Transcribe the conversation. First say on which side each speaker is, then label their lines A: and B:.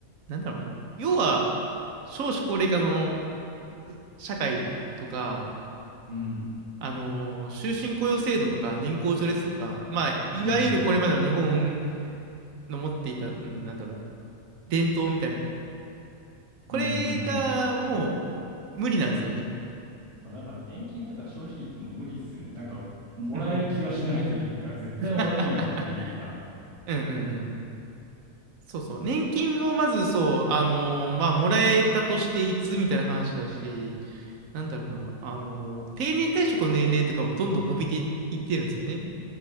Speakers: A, on the right; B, on the right.
A: なんだろうな。要は、少子高齢化の社会とか、
B: うん。うん。
A: あの、終身雇用制度とか、年功序列とか、まあ、いわゆるこれまでの日本
B: うん
A: の持っていた、うん、なんだろうな、伝統みたいな。これがも
B: うんうんうん。
A: う無理なんですよね。
B: まあ、なんか年金とか正直言っても無理っすよね。なんかもらえる気はしないというか、
A: うんうん。
B: 絶対もらえんやろっていうか。
A: <laughs> うんうんうん。そうそう。年金もまずそう、あのーまあ、もらえたとしていつみたいな話だし、なんだろうな、あのー定年退職の年齢とかもどんどん伸びていいってるんですよね。